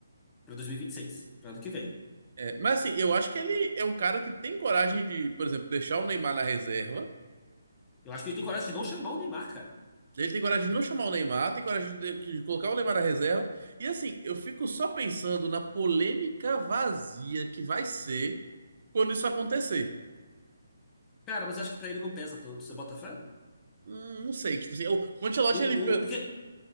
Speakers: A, on the left; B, on the right.
A: pra 2026, pra ano que vem.
B: É, mas assim, eu acho que ele é um cara que tem coragem de, por exemplo, deixar o Neymar na reserva.
A: Eu acho que ele tem coragem de não chamar o Neymar, cara.
B: Ele tem coragem de não chamar o Neymar, tem coragem de, de colocar o Neymar na reserva. E assim, eu fico só pensando na polêmica vazia que vai ser quando isso acontecer.
A: Cara, mas eu acho que pra ele não pesa tanto, você bota fé?
B: Hum, não sei, tipo assim, o, o Ancelotti,
A: O,
B: ele... pe-
A: o, porque